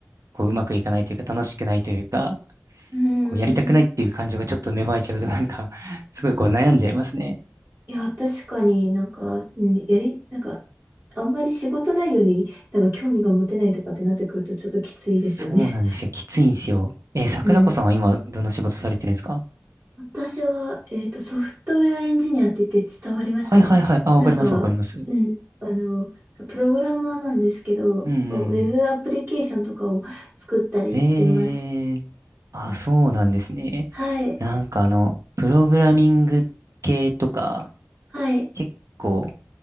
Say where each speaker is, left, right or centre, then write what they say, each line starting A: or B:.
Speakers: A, on the right (about 75°); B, on the right (about 40°).
A: こううまくいかないというか楽しくないというか、
B: うんうんうん。
A: こうやりたくないっていう感情がちょっと芽生えちゃうとなんか、すごいこう悩んじゃいますね。
B: いや、確かになんか、うん、やり、なんか、あんまり仕事内容になんか興味が持てないとかってなってくるとちょっときついですよね。
A: そうなんですよ。きついんですよ。えー桜子さんは今どんな仕事されてるんですか
B: うん。私は、えっと、ソフトウェアエンジニアって言って伝わりますかね。
A: はいはいはい。あ、
B: なんか、
A: わかります、わかります。うん
B: うん、あの、プログラマーなんですけど、
A: うん
B: そう、ウェブアプリケーションとかを作ったりしてます。
A: うん。へえあ、そうなんですね。
B: はい、
A: なんかあの、プログラミング系とか、
B: はい。
A: 結構、